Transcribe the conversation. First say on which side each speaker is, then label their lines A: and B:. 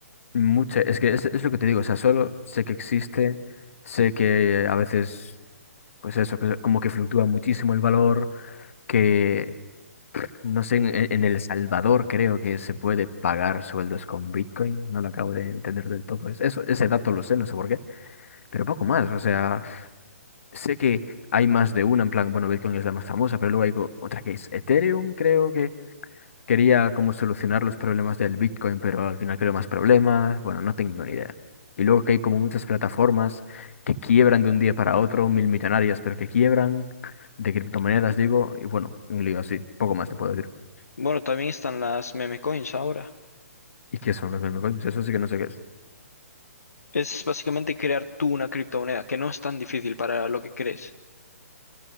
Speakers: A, on the left; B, on the left.
A: mucha, es que es, es lo que te digo, o sea, solo sé que existe, sé que a veces, pues eso, que como que fluctúa muchísimo el valor, que No sé, en, e, en- El Salvador creo que se puede pagar sueldos con Bitcoin. No lo acabo de entender del todo. Es- Eso, ese dato lo sé, no sé por qué. Pero poco más. O sea, sé que hay más de una. En plan, bueno, Bitcoin es la más famosa, pero luego hay co- otra que es Ethereum. Creo que quería como solucionar los problemas del Bitcoin, pero al final creo más problemas. Bueno, no tengo ni idea. Y luego que hay como muchas plataformas que quiebran de un día para otro, mil millonarias, pero que quiebran de criptomonedas, digo. Y bueno, un lío así. Poco más te puedo decir.
B: Bueno, también están las meme coins ahora.
A: ¿Y qué son los meme coins? Eso sí que no sé qué es.
B: Es básicamente crear tú una criptomoneda, que no es tan difícil para lo que crees.